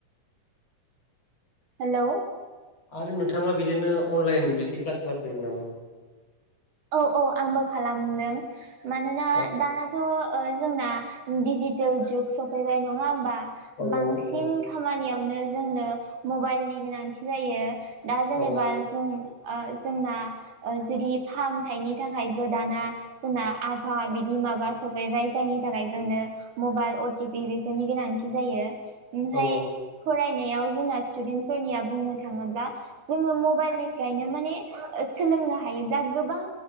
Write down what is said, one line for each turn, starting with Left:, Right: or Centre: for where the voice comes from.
Right: हेलौ
Left: आरो नोंथाङा बिदिनो अनलाइन बिदि क्लास खालामफेरदों नामा?
Right: औ औ आंबो खालामदों मानोना
Left: औ
Right: दाना थ' ओ जोंना डिजिटेल जुग सफैबाय नङा होमबा
Left: औ
Right: बांसिन
Left: औ
Right: खामानियावनो जोंनो मबाइलनि गोनांथि जायो दा जेनेबा
Left: औ
Right: जों ओ जोंना जुदि फाहामथायनि थाखायबो दाना जोंना आफभा बिदि माबा सफैबाय जायनि थाखाय जोंनो मबाइल अटिपि बेफोरनि गोनांथि जायो ओमफ्राय
Left: औ
Right: फरायनायाव जोंना स्टुडेन्टफोरनिया बुंनो थाङोब्ला जोङो मबाइलनिफ्रायनो माने सोलोंनो हायोब्ला गोबां